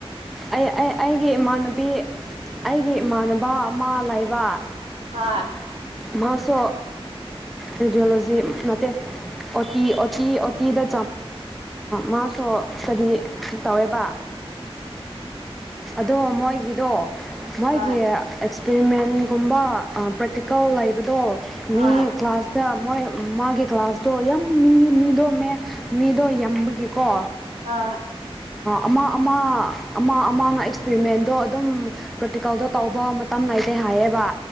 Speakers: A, in the centre; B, on the right (about 75°).
A: ꯑꯩ ꯑꯩꯒꯤ ꯏꯃꯥꯟꯅꯕꯤ ꯑꯩꯒꯤ ꯏꯃꯥꯟꯅꯕ ꯑꯃ ꯂꯩꯕ
B: ꯍꯣꯏ
A: ꯃꯥꯁꯨ ꯔꯦꯗꯤꯑꯣꯂꯣꯖꯤ ꯅꯠꯇꯦ ꯑꯣꯇꯤ ꯑꯣꯇꯤ ꯑꯣꯇꯤꯗ ꯃꯥꯁꯨ ꯏꯁꯇꯗꯤ ꯇꯧꯋꯦꯕ ꯑꯗꯣ ꯃꯣꯏꯒꯤꯗꯣ ꯃꯣꯏꯒꯤ
B: ꯍꯣꯏ
A: ꯑꯦꯛꯁꯄꯦꯔꯤꯃꯦꯟꯒꯨꯝꯕ ꯄ꯭ꯔꯦꯛꯇꯤꯀꯦꯜ ꯂꯩꯕꯗꯣ
B: ꯍꯣꯏ
A: ꯃꯤ ꯀ꯭ꯂꯥꯁ ꯗ ꯃꯣꯏ ꯃꯥꯒꯤ ꯀ꯭ꯂꯥꯁꯇꯣ ꯌꯥꯝ ꯃꯤ ꯃꯤꯗꯣꯃꯦ ꯃꯤꯗꯣ ꯌꯥꯝꯝꯕꯒꯤꯀꯣ
B: ꯑ
A: ꯑꯃ ꯑꯃ ꯑꯃ ꯃꯥꯅ ꯑꯦꯛꯁꯄꯔꯤꯃꯦꯟꯗꯣ ꯑꯗꯨꯝ ꯄ꯭ꯔꯦꯛꯇꯤꯀꯦꯜꯗꯣ ꯇꯧꯕ ꯃꯇꯝ ꯂꯩꯇꯦ ꯍꯥꯏꯌꯦꯕ꯫